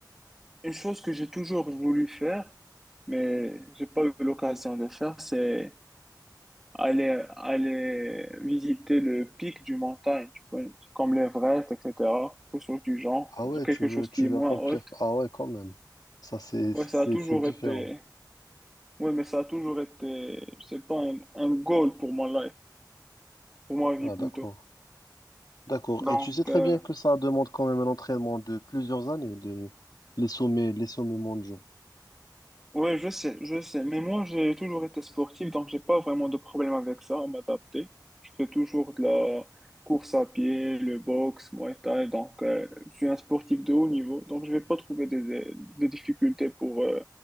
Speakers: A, in the centre; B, on the left.
A: une chose que j'ai toujours voulu faire, mais j'ai pas eu l'occasion de faire, c'est aller, aller visiter le pic du montagne, tu connais, comme l'Everest, etc. Quelque chose du genre,
B: Ah ouais,
A: quelque
B: tu veux,
A: chose
B: tu
A: qui
B: veux
A: est moins
B: accomplir.
A: haute
B: Ah ouais, quand même. Ça, c'est, c'est,
A: Ouais, ça
B: c'est
A: a toujours
B: c'est différent.
A: été, ouais, mais ça a toujours été, je sais pas, un, un goal pour mon life, pour ma vie
B: Ah,
A: plutôt.
B: d'accord. D'accord.
A: Donc,
B: Et tu sais très
A: euh,
B: bien que ça demande quand même un entraînement de plusieurs années, les, les sommets, les sommets mondiaux.
A: Ouais, je sais, je sais. Mais moi, j'ai toujours été sportif, donc j'ai pas vraiment de problème avec ça, à m'adapter. Je fais toujours de la course à pied, le boxe, Muay Thai, donc euh, je suis un sportif de haut niveau, donc je vais pas trouver des, des difficultés pour euh,